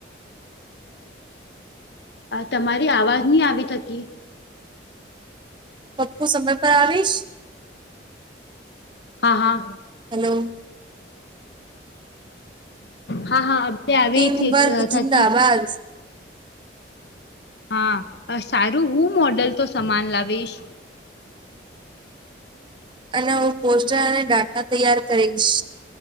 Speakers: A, on the left; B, on the right.
A: આ તમારી અવાજ નહી આવી થકી,
B: પપ્પુ સમય પર આવીશ.
A: હા હા,
B: હાલો.
A: હા હા <unintelligible> આવી
B: ટીમ
A: થી
B: વર્ક
A: થકી
B: <inaudible>
A: હા સારું હું મોડલ તો સમાન લાવીશ
B: અને હું પોસ્ટર અને ડાટા તૈયાર કરીશ